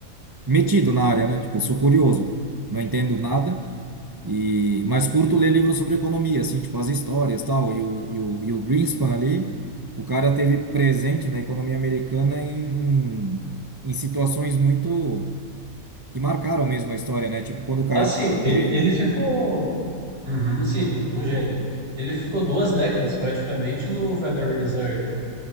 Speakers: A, on the right (about 20°); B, on the right (about 40°).
A: metido na área, né? Tipo, sou curioso, não entendo nada, e mas curto ler livros sobre economia, assim, tipo as histórias tal. E o, e o, e o Greenspan ali, o cara teve presente na economia americana em, em, em situações muito que marcaram mesmo a história, né? Tipo, quando caíram
B: Assim, e-
A: os gêmeos.
B: ele ficou. Uhum, sim, um gênio. Ele ficou duas décadas praticamente no Federal Reserve.